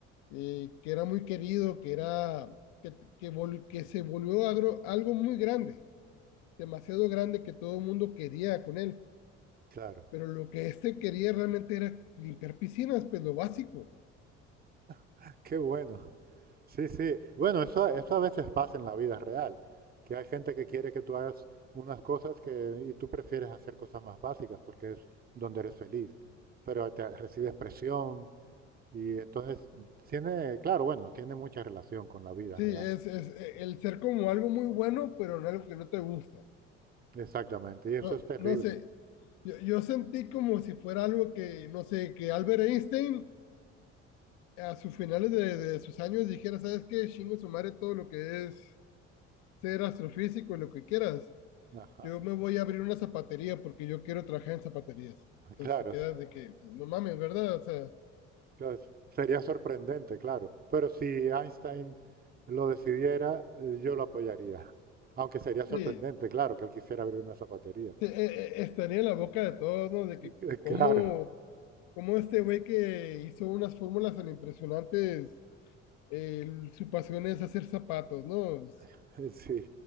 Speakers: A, on the left; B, on the right.
A: eh, que era muy querido, que era que, que, vol- que se volvió agro- algo muy grande, demasiado grande que todo el mundo quería con él.
B: claro,
A: Pero lo que este quería realmente era limpiar piscinas, pues lo básico.
B: <laughs> qué bueno. Sí, sí. Bueno, eso, eso a veces pasa en la vida real, que hay gente que quiere que tú hagas unas cosas que, y tú prefieres hacer cosas más básicas porque es donde eres feliz, pero te recibes presión, Y entonces tiene, claro, bueno, tiene mucha relación con la vida
A: Sí,
B: real.
A: es, es eh, el ser como algo muy bueno, pero en algo que no te gusta.
B: Exactamente, y eso
A: No,
B: es terrible.
A: no sé, yo, yo sentí como si fuera algo que, no sé, que Albert Einstein a sus finales de, de sus años dijera, ¿sabes qué? Chingo su madre todo lo que es ser astrofísico, y lo que quieras.
B: Ajá.
A: yo me voy a abrir una zapatería porque yo quiero trabajar en zapaterías.
B: <laughs>
A: Entonces
B: Claro,
A: te quedas
B: s-
A: de que, pues, no mames, ¿verdad? O sea,
B: claro, s- sería sorprendente, claro. Pero si Einstein lo decidiera, eh, yo lo apoyaría. Aunque sería sorprendente,
A: sí,
B: claro, que él quisiera abrir una zapatería.
A: sí, e- e- estaría en la boca de todos, ¿no? De
B: <laughs>
A: que
B: Eh,
A: cómo,
B: Claro,
A: cómo este güey que hizo unas fórmulas tan impresionantes, el- su pasión es hacer zapatos, ¿no?
B: <laughs> Sí,